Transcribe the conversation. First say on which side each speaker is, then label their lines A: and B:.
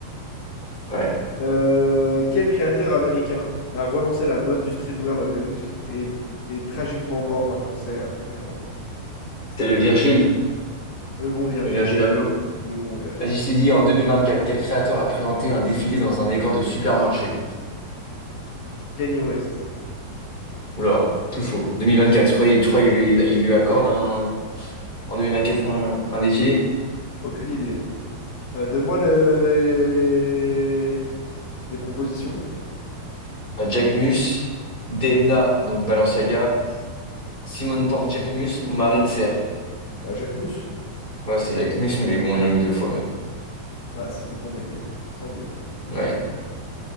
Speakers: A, on the left; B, on the left.
A: Ouais.
B: Euh, quel créateur américain a relancé la mode du streetwear dans le luxe et est tragiquement mort d'un cancer récemment?
A: C'est le Virgile.
B: Le bon Virgile.
A: Le Virgile Abloh.
B: Le bon Virgile.
A: Vas-y, je te dis, en 2024, quel créateur a présenté un défilé dans un décor de supermarché?
B: Kanye West.
A: Oula, tout faux. 2024, tu crois, il, tu crois il lui, il- il lui accorde un, en 2024
B: Non,
A: un, un défilé?
B: Aucune idée. Euh, donne-moi le- les... les propositions.
A: À Jacquemus, Demna, donc Balenciaga, Simone Porte Jacquemus ou Marine Serre.
B: Bah, Jacques Mus.
A: Ouais, c'était Jacquemus, mais bon, ils l'ont mis deux fois. Mais...
B: Bah, c'était pour m'aider. Tant mieux.
A: Ouais.